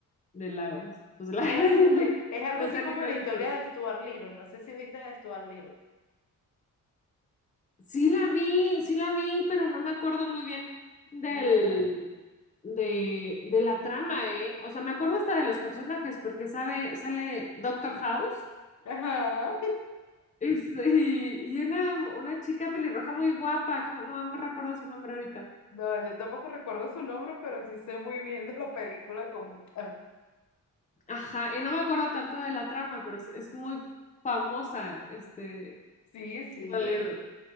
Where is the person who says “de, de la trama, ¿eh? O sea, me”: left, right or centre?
Left